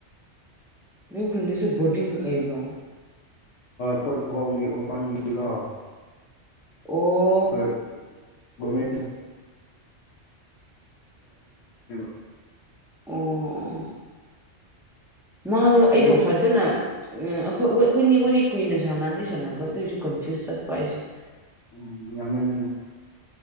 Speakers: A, in the centre; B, on the left (about 80°).
A: ꯅꯣꯏ ꯈꯨꯟꯗꯁꯨꯦ ꯕꯣꯔꯗꯤꯡ ꯂꯩꯕ꯭ꯔꯣ
B: ꯍꯣꯏ <unintelligible> ꯍꯣꯝꯒꯤ ꯑꯣꯔꯐꯥꯟꯒꯤꯀꯣ
A: ꯑꯣ
B: ꯍꯣꯏ ꯒꯣꯔꯃꯦꯟ <unintelligible>
A: ꯑꯣ ꯃꯥꯗꯣ ꯑꯩꯗꯣ
B: ꯑꯗꯨ
A: ꯐꯖꯅ ꯑꯣ ꯑꯩꯈꯣꯏꯅꯤ ꯋꯥꯔꯤ ꯀꯨꯏꯅ ꯁꯥꯟꯅꯗꯤ ꯁꯥꯟꯅꯕ ꯑꯗꯨꯏꯁꯨ ꯀꯟꯐ꯭ꯌꯨꯁ ꯆꯠꯄ ꯑꯩꯁꯦ
B: ꯎꯝ ꯌꯥꯝꯃꯟꯗꯅ